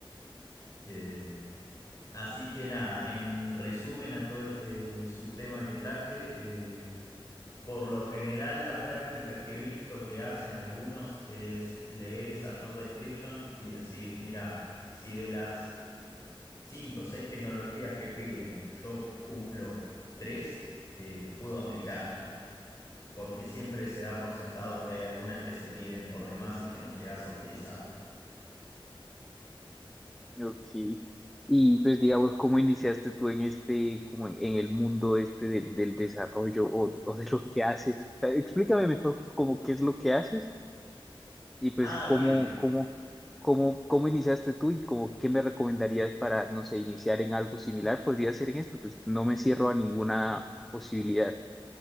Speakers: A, on the left; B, in the centre.
A: Eh, así que nada, en resumen a todo este subtema que traje, eh, Por lo general la práctica que he visto que hacen algunos es leer esa job description y decir, mira, si de las 5 o 6 tecnologías que piden yo cumplo 3, puedo aplicar ya. Porque siempre se da por sentado que hay algunas que se piden por demás y que no llegas a utilizarlas.
B: Ok. Y pues digamos, ¿cómo iniciaste tú en este, como en, en el mundo este del, del desarrollo o, o de lo que haces? O sea, explícame mejor como qué es lo que haces Y pues,
A: Ah,
B: ¿cómo,
A: bien,
B: cómo, cómo, cómo iniciaste tú y como qué me recomendarías para, no sé, iniciar en algo similar? Podría ser en esto, pues no me cierro a ninguna posibilidad.